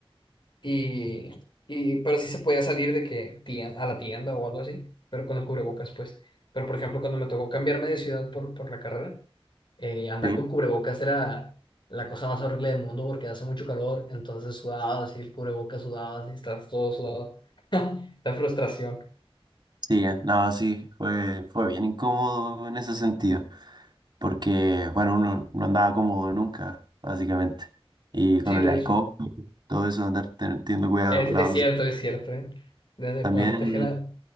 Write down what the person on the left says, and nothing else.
y, y, pero sí se podía salir de que tien- a la tienda o algo así, pero con el cubrebocas, pues. Pero, por ejemplo, cuando me tocó cambiarme de ciudad por, por la carrera, eh, andar
con cubrebocas era la cosa más horrible del mundo porque hace mucho calor, entonces sudabas y el cubrebocas sudabas y estabas todo sudado. La frustración.
Sí, de
hecho.
Es,
es cierto, es cierto, ¿eh? Desde
parte que la-